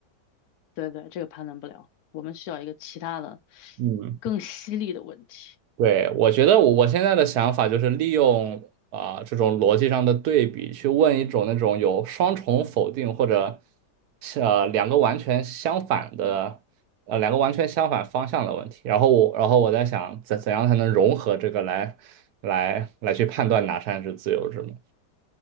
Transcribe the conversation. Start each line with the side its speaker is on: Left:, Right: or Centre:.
Left: 对对，这个判断不了，我们需要一个其他的
Right: 嗯。
Left: 更犀利的问题。
Right: 对，我觉得我我现在的想法就是利用啊、这种逻辑上的对比，去问一种那种有双重否定或者呃两个完全相反的呃两个完全相反方向的问题。然后我然后我在想怎怎样才能融合这个来来来去判断哪扇是自由之门。